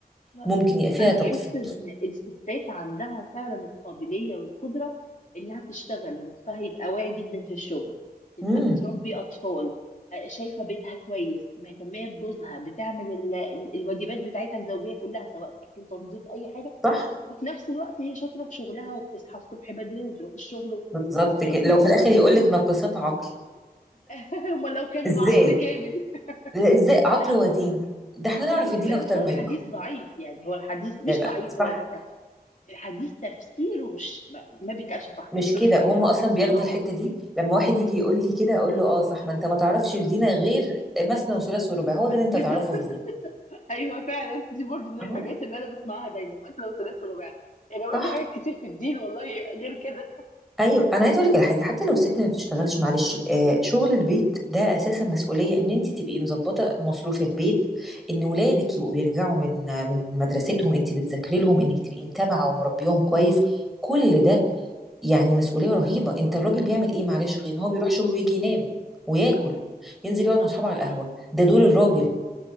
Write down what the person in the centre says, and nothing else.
ممكن يبقى فيها
تقصير
امم
صح
بالظبط
كده
لو
في الاخر
يقول لك ناقصات عقل
ازاي
لا ازاي عقل
ودين ده احنا
نعرف الدين
اكتر
منكم
لا لا
صح
مش
كده هم اصلا بياخدوا
الحته دي لما واحد يجي يقول لي كده اقول له اه صح ما انت ما تعرفش في دينك غير مثنى وثلاث ورباع هو
ده اللي انت
تعرفه
في دينك
آه،
صح
ايوه انا عايزه اقول لك على حاجه حتى لو الست ما بتشتغلش معلش آه شغل البيت ده اساسا مسؤوليه ان انت تبقي مظبطه مصروف البيت ان ولادك يبقوا بيرجعوا من من مدرستهم انت بتذاكري لهم انك تبقي متابعه ومربيهم كويس كل ده يعني مسؤولية رهيبة انت الراجل بيعمل ايه معلش غير ان هو بيروح شغله ويجي ينام وياكل ينزل
يقعد مع اصحابه على القهوة ده دور الراجل